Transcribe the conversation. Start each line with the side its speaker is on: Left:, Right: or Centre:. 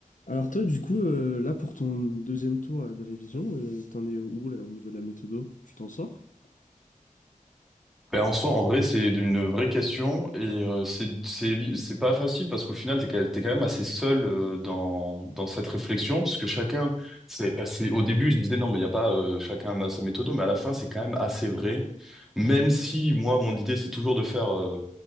Left: Alors toi, du coup, euh, là, pour ton deuxième tour là, de révision, euh, t'en es où là au niveau de la méthodo? Tu t'en sors?
Centre: Ben, en soi, en vrai, c'est une vraie question et euh, c'est c'est c'est pas facile parce qu'au final, t'es quand t'es quand même assez seul euh, dans dans cette réflexion parce que chacun, c'est ben, c'est- au début, je me disais non, mais il y a pas euh, chacun a sa méthode, mais à la fin, c'est quand même assez vrai. Même si moi, mon idée, c'est toujours de faire euh,